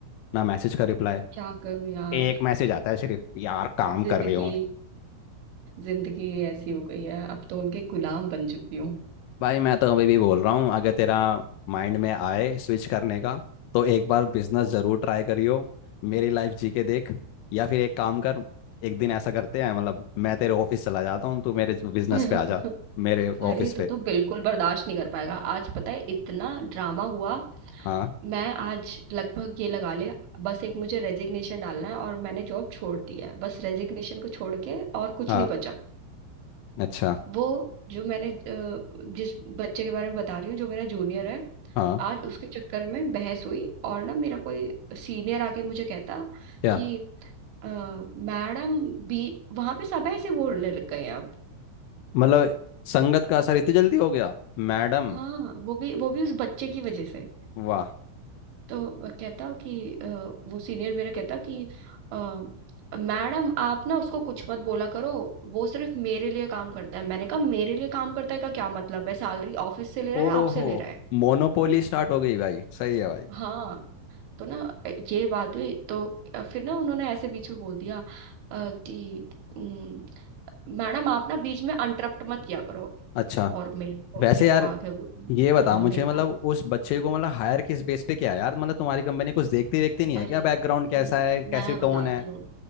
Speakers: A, on the left (about 80°); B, on the right (about 70°).
A: ना मैसेज का रिप्लाई
B: क्या करूं यार
A: एक मैसेज आता है सिर्फ यार काम
B: जिंदगी
A: कर रही हूँ
B: जिंदगी ऐसी हो गई है अब तो उनके गुलाम बन चुकी हूँ
A: भाई मैं तो अभी भी बोल रहा हूँ अगर तेरा माइंड में आए स्विच करने का तो एक बार बिजनेस जरूर ट्राई करियो मेरी लाइफ जी के देख या फिर एक काम कर एक दिन ऐसा करते हैं मतलब मैं तेरे ऑफिस चला जाता हूँ तू मेरे बिजनेस
B: <laughs>
A: पे आ जा मेरे ऑफिस
B: अरे
A: पे
B: तू तो बिल्कुल बर्दाश्त नहीं कर पाएगा आज पता है इतना ड्रामा हुआ
A: हाँ
B: मैं आज लगभग ये लगा ले बस एक मुझे रेजिग्नेशन डालना है और मैंने जॉब छोड़ दी है बस रेजिग्नेशन को छोड़ के और कुछ
A: हाँ
B: नहीं बचा
A: अच्छा
B: वो जो मैंने अ, जिस बच्चे के बारे में बता रही हूँ जो मेरा जूनियर है
A: हाँ
B: आज उसके चक्कर में बहस हुई और ना मेरा कोई सीनियर आके मुझे कहता
A: क्या
B: कि अ, मैडम भी वहां पे सब ऐसे बोलने लग गए हैं अब
A: मतलब संगत का असर इतनी जल्दी हो गया मैडम
B: हाँ वो भी वो भी उस बच्चे की वजह से
A: वाह
B: तो वह कहता कि अ, वो सीनियर मेरा कहता कि अ, मैडम आप ना उसको कुछ मत बोला करो वो सिर्फ मेरे लिए काम करता है मैंने कहा मेरे लिए काम करता है का क्या मतलब है सैलरी ऑफिस से ले रहा
A: ओहो
B: है आपसे ले रहा है
A: मोनोपोली स्टार्ट हो गई भाई सही है भाई
B: हाँ तो ना अ, ये बात हुई तो अ, फिर ना उन्होंने ऐसे बीच में बोल दिया अ, कि "उम, मैडम आप ना बीच में इंटरप्ट मत किया करो
A: अच्छा
B: और मेरे को
A: वैसे
B: मेरे
A: यार
B: को आ गया गु-
A: ये बता
B: हाँ
A: मुझे
B: मेरे
A: मतलब
B: को
A: उस बच्चे को मतलब हायर किस बेस पे किया यार मतलब तुम्हारी कंपनी कुछ देखती देखती नहीं
B: अरे
A: है क्या बैकग्राउंड कैसा
B: न-
A: है कैसी
B: मैं
A: टोन
B: बताती
A: है
B: हूँ